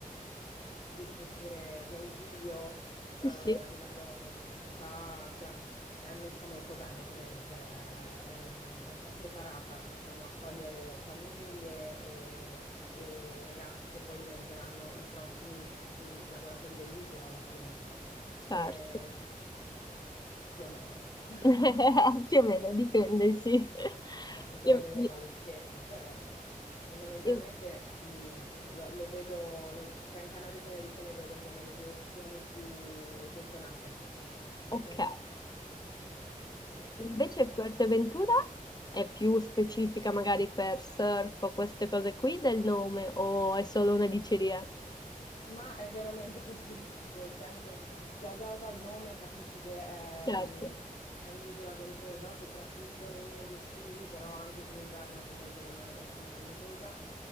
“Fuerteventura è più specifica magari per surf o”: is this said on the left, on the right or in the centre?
Left